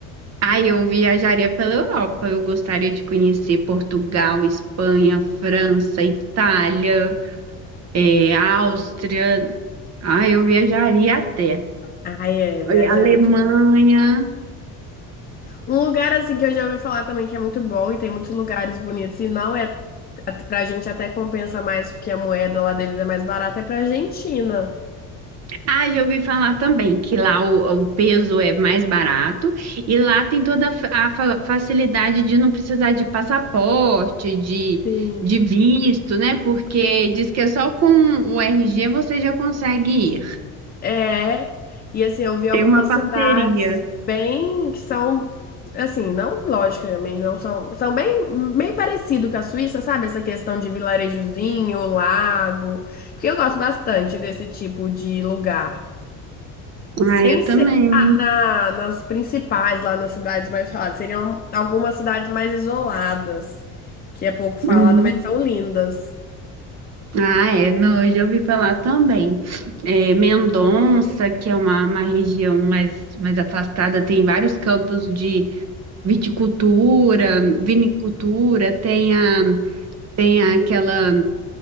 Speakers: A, on the right (about 45°); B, on the left (about 25°).
A: Ah, eu viajaria pela Europa. Eu gostaria de conhecer Portugal, Espanha, França, Itália, eh, Áustria. Ah, eu viajaria até.
B: Ah, é, viajar
A: Oi, Alemanha.
B: é muito Um lugar assim que eu já ouvi falar também que é muito bom e tem muitos lugares bonitos e não é at- pra gente até compensa mais porque a moeda lá deles é mais barata é pra Argentina.
A: Ah, já ouvi falar também que lá o, o peso é mais barato e lá tem toda a, fa- a fa- facilidade de não precisar de passaporte, de,
B: Sim.
A: de visto, né? Porque diz que é só com o RG você já consegue ir.
B: É. E assim, eu vi algumas
A: Tem uma parceria.
B: cidades bem que são assim, não, lógico, também não são, são bem meio parecido com a Suíça, sabe? Essa questão de vilarejozinho, lago, porque eu gosto bastante desse tipo de lugar. Sem
A: Ah, eu
B: ser
A: também.
B: na- na- nas principais, lá nas cidades mais faladas. Seriam algumas cidades mais isoladas, que é pouco falada,
A: Uhum.
B: mas são lindas.
A: Ah, é, não, eu já ouvi falar também. É, Mendonça, que é uma, uma região mais, mais afastada, tem vários campos de viticultura, vinicultura, tem a, tem aquela,